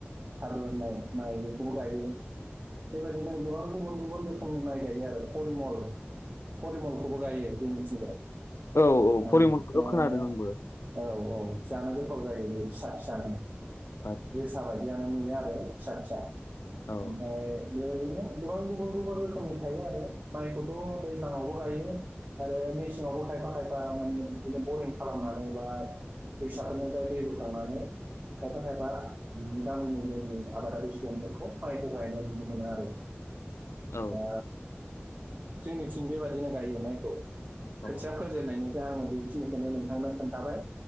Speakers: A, on the right; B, on the left.
A: सारदु होननाय माइ बेखौबो गायो बेबायदिनो गोबां गुबुन गुबुन रोखोमनि माइ गायो आरो फरिमल परिमलखौबो गायो जोंनिथिंजाय
B: औ औ
A: ओमफ्राय
B: फरिमलखौथ' खोनादों आंबो
A: औ औ जानो गोथाव जायो बे फिसा फिसानो
B: आथि
A: जोसा बायदियानो नुयो आरो फिसा फिसा
B: औ
A: ओमफ्राय बेबादिनो गोबां गुबुन गुबुन रोखोमनि थायो आरो माइखौथ' दैज्लां आवबो गायो आरो मेसेङावबो गाय खायफा खायफा माने बिदिनो बरिं खालामनानै बा दैसाफोरनिफ्राय दै बोखांनानै खायफा खायफा गामिनि जोंनि आबादारि सुबुंफोरखौ माइखौ गायनाय नुनो मोनो आरो
B: औ
A: दा जोंनिथिं बेबादिनो गायो माइखौ
B: औ
A: खोथिया फोजायनायनिफ्राय आङो बेखिनिखौनो नोंथांनो खोन्थाबाय।